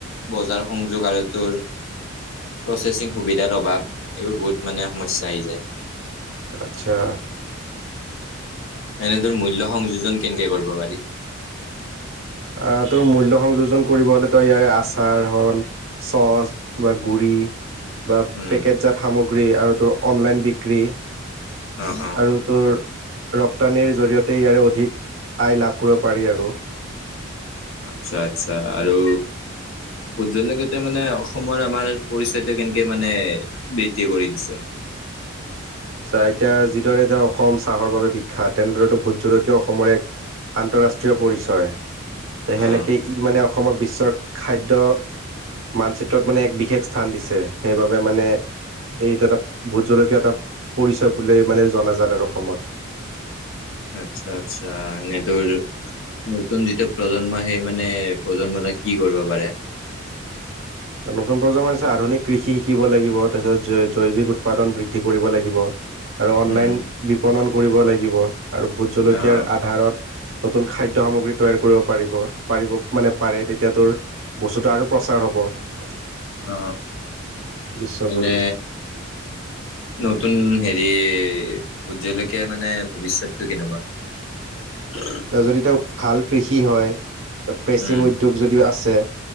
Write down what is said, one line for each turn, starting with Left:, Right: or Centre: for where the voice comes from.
Left: বজাৰ সংযোগ আৰু তোৰ প্ৰচেচিং সুবিধাৰ অভাৱ এইবোৰ বহুত মানে সমস্যা আহি যায়।
Right: আচ্ছা।
Left: এনে ধৰ মূল্য সংযোজন কেংকে কৰিব পাৰি?
Right: আ, তোৰ মূল্য সংযোজন কৰিব হলে তই ইয়াৰে আচাৰ হল চছ বা গুৰি <unintelligible> বা
Left: উম
Right: পেকেতজাত সামগ্ৰী আৰু তোৰ অনলাইন বিক্ৰী।
Left: অ', অ'।
Right: আৰু তোৰ ৰপ্তানিৰ জৰিয়তে ইয়াৰে অধিক আয় লাভ কৰিব পাৰি আৰু।
Left: আচ্ছা-আচ্ছা আৰু ভোট জলকীয়া টোয় মানে অসমৰ আমাৰ পৰিচয়টো কেনেকে মানে বৃদ্ধি কৰি দিছে।
Right: চা এতিয়া যিদৰে জে অসম চাহৰ বাবে বিখ্যাত তেনেদৰেতো ভোট জলকীয়ও অসমৰ এক আন্তৰাষ্ট্ৰীয় পৰিচয় তে সেনেকে
Left: অ
Right: ই মানে অসমক বিশ্বৰ খাদ্য মানচিত্ৰত মানে এক বিশেষ স্থান দিছে সেইবাবে মানে এইটো এটা ভোট জলকীয়া এটা পৰিচয় বুলি মানে জনাজাত আৰু অসমত।
Left: আচ্ছা আচ্ছা এনে তোৰ নতুন যিটো প্ৰজন্ম সেই মানে প্ৰজন্মটা কি কৰিব পাৰে।
Right: নতুন প্ৰজন্ম হৈছে আধুনিক কৃষি শিকিব লাগিব তাৰপিছত জৈ জৈৱিক উৎপাদন বৃদ্ধি কৰিব লাগিব। আৰু অনলাইন
Left: উম
Right: বিপণন কৰিব লাগিব আৰু ভোট জলকীয়াৰ
Left: অ
Right: আধাৰত নতুন খাদ্য সামগ্ৰী তৈয়াৰ কৰিব পাৰিব পাৰিব মানে পাৰে তেতিয়া তোৰ বস্তুটো আৰু প্ৰ প্ৰচাৰ হ'ব।
Left: অ
Right: বিশ্বজুৰিত।
Left: এনে নতুন হেৰি, ভূত জলকীয়া মানে ভৱিষ্যতটো কেনেকুৱা? <inaudible>
Right: যদি তেওঁক ভাল কৃষি হয় তাৰপাছত প্ৰেচিং
Left: উম
Right: উদ্যোগ যদি আছে